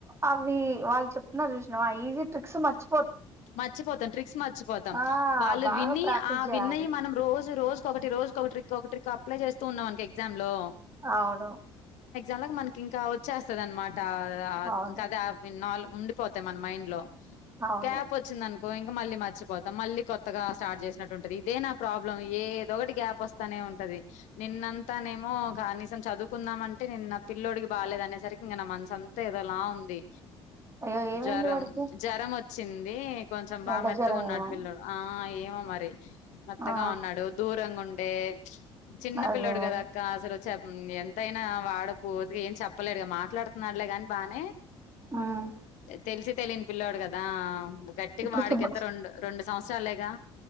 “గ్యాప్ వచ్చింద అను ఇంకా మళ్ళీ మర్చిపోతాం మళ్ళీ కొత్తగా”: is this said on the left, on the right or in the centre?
Left